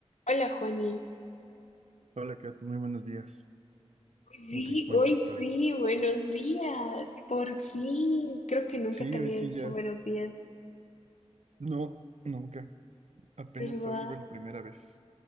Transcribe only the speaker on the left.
Hola, Juani.
Hoy Sí,
hoy sí,
buenos días, por fin. Creo que nunca
te
había
dicho
buenos días,
¿verdad?